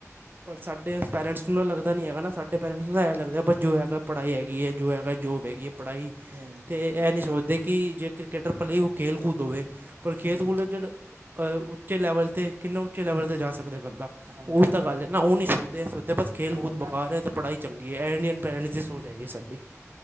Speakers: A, on the right; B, on the right.
A: ਪਰ ਸਾਡੇ ਪੇਰੈਂਟਸ ਨੂੰ ਨਾ ਲੱਗਦਾ ਨਹੀਂ ਹੈਗਾ ਨਾ ਸਾਡੇ ਪੇਰੈਂਟਸ ਨੂੰ ਤਾਂ ਐ ਲੱਗਦਾ ਪਰ ਜੋ ਹੈਗਾ ਪੜ੍ਹਾਈ ਹੈਗੀ ਐ ਜੋ ਹੈਗਾ
B: ਹੂੰ,
A: ਜੋਬ ਹੈਗੀ ਏ ਪੜ੍ਹਾਈ
B: ਹੂੰ,
A: ਤੇ ਇਹ ਨਹੀਂ ਸੋਚਦੇ ਕਿ ਜੇ ਕ੍ਰਿਕੇਟਰ ਭਲੇ ਹੀ ਉਹ ਖੇਲ ਕੂਦ ਹੋਵੇ ਪਰ ਖੇਲ
B: ਹੂੰ
A: ਕੂਦ ਜਿੜ ਉੱਚੇ ਲੈਵਲ ਤੇ ਕਿੰਨੇ ਉੱਚੇ ਲੈਵਲ 'ਤੇ ਜਾ ਸਕਦਾ ਬੰਦਾ
B: ਹਾਂਜੀ।
A: ਉਹ ਵੀ ਤਾਂ ਗੱਲ ਹੈ ਨਾ ਉਹ ਨਹੀਂ ਸੋਚਦੇ, ਇਹ ਸੋਚਦੇ ਬਸ ਖੇਲ
B: ਉਹ
A: ਕੂਦ
B: ਨਾ
A: ਬੇਕਾਰ ਹੈ ਤੇ ਪੜ੍ਹਾਈ ਚੰਗੀ ਹੈ, ਏਹ ਇੰਡੀਅਨ ਪੇਰੈਂਟਸ ਦੀ ਸੋਚ ਹੈਗੀ ਸਾਡੀ